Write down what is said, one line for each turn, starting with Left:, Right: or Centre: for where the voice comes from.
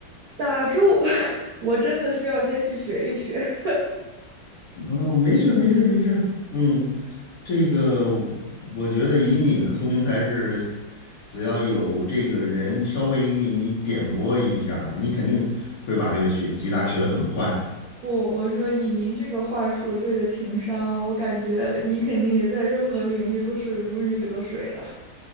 Right: 打住！<laughs> 我真的需要先去学一学。
Left: 哦，没事儿没事儿没事儿，嗯，这个我我觉得以你的聪明才智，只要有这个人稍微给你点拨一下儿你肯定会把这个学吉他学得很快。
Right: 不，我说以您这个话术，这个情商，我感觉你肯定也在任何领域都是如鱼得水的。